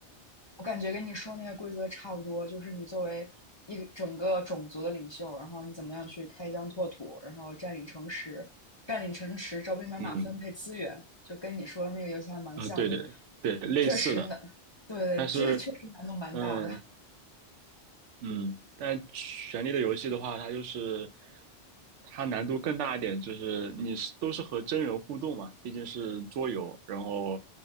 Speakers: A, on the left; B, on the right.
A: 我感觉跟你说那个规则差不多，就是你作为一个整个种族的领袖，然后你怎么样去开疆拓土，然后占领城池，占领城池，招兵买马，
B: 嗯，
A: 分配资源，就跟你说的那个游戏还蛮像的。
B: 啊，对对对，类似的，
A: 确实难，对，
B: 但是
A: 这个确实难度蛮大的。
B: 嗯，嗯，但《权力的游戏》的话，它就是它难度更大一点，就是你是都是和真人互动嘛，毕竟是桌游，然后